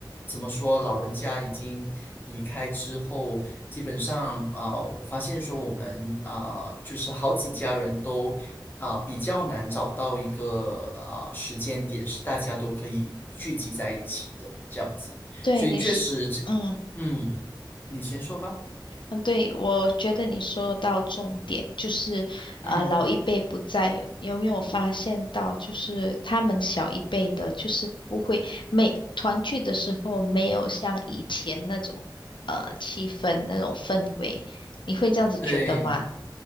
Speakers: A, on the left (about 25°); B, on the left (about 90°).
A: 怎么说，老人家已经离开之后，基本上啊、呃我发现说我们啊、呃就是好几家人都啊、呃比较难找到一个啊、呃时间点是大家都可以聚集在一起的这样子，
B: 对，
A: 所以确实这，
B: 你是，嗯
A: 嗯，你先说吧，
B: 嗯，对，我觉得你说到重点，就是呃，
A: 嗯，
B: 老一辈不在，有没有发现到，就是他们小一辈的，就是不会每团聚的时候没有像以前那种呃气氛那种氛围，你会这样子觉得吗？
A: 对。